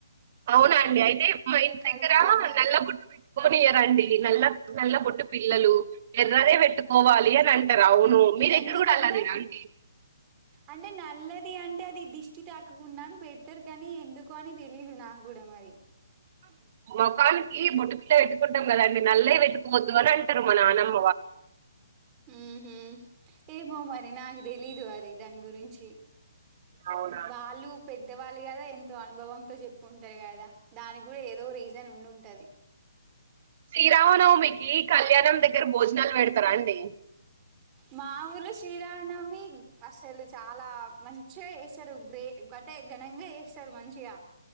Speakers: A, on the right (about 40°); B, on the right (about 20°).
A: అవునా అండి ఐతే మా ఇంటి
B: కల్పితంగా
A: దగ్గరా నల్లబొట్ కోనియరండి నల్ల నల్ల బొట్టుపిల్లలు ఎర్రదే వెట్టుకోవాలి
B: ఆహా
A: అని అంటరు అవును మీ దగ్గర
B: ఎందుకట్లా
A: గుడా అలానేనా అండి
B: అంటే నల్లది అంటే అది దిష్టి తాకుకుండాని పెడ్తరు కానీ ఎందుకు అని తెలీదు నా గుడా మరి
A: మోఖానికి బొట్టు పిల్లా పెట్టుకుంటం కదండి నల్లేే పెట్టుకోవద్దు అని అంటరు మా నానమ్
B: ఉహు ఏమో మరి నాకు తెలీదు అది దాని గురించి
A: అవునా
B: వాళ్ళు పెద్దవాళ్ ది గదా ఎంతో అనుభవంతో చెప్పి ఉంటరు గదా దానికి గుడా ఏదో రీజన్ ఉండింటది
A: శ్రీరామనవమికీ ళ్యాణం దగ్గర భోజనాలు వెడ్తరా అండి
B: మా ఊర్లో శ్రీరానమి అసలు చాలా మంచిగ జెస్సరు గ్రే అంటె ఘనంగా చేస్సరు మంచిగా